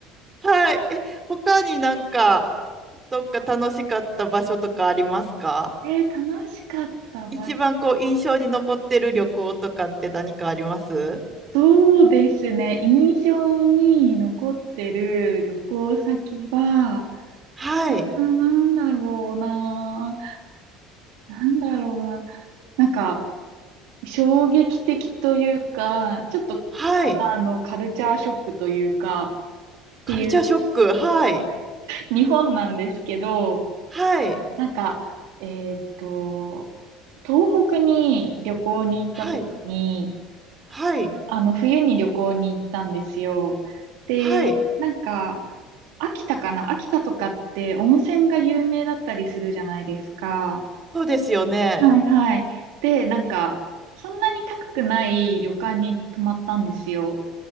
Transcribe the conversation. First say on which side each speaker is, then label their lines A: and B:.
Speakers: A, on the right (about 25°); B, on the right (about 75°).
A: はい。え、他になんか、どっか楽しかった場所とかありますか
B: えー、楽しかったわ。
A: 一番こう、印象に残ってる旅行とかって何かあります
B: そうですね。印象に残ってる旅行先は、
A: はい。
B: うんなんだろうな。なんだろうな。なんか、衝撃的というか、ちょっと、
A: はい。
B: あの、カルチャーショックというか、っていう
A: カルチャーショック。はい。
B: 日本なんですけど、
A: はい。
B: なんか、えーっと、東北に旅行に行った時に、
A: はい。はい。
B: あの、冬に旅行に行ったんですよ。で、
A: はい。
B: なんか、秋田かな秋田とかって温泉が有名だったりするじゃないですか。
A: そうですよね。
B: はいはい。で、なんか、そんなに高くない旅館に泊まったんですよ。